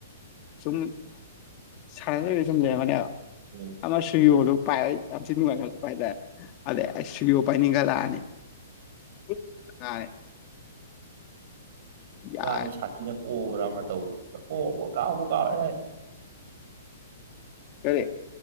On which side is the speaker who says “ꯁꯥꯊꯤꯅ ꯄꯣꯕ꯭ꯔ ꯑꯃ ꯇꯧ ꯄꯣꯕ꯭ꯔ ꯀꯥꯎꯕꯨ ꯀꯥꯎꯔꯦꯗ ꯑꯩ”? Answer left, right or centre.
Right